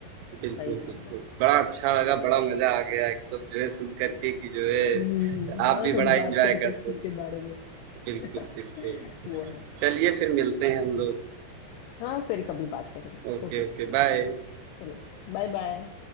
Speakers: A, on the left; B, on the right.
A: सही
B: बिल्कुल,
A: था
B: बिल्कुल।
A: बहुत
B: बड़ा अच्छा लगा, बड़ा मज़ा आ गया एकदम जो है सुन कर के कि जो है
A: हम्म
B: आप
A: हाँ
B: भी
A: थोड़ी
B: बड़ा
A: बात
B: एन्जॉय
A: करके
B: करते
A: स्कूल
B: थे।
A: के बारे में
B: बिल्कुल,
A: <laughs>
B: बिल्कुल।
A: वो है
B: चलिए फिर मिलते हैं हम लोग
A: हाँ फिर कभी बात करेंगे
B: ओके
A: ओके
B: ओके बाय
A: चलो Bye bye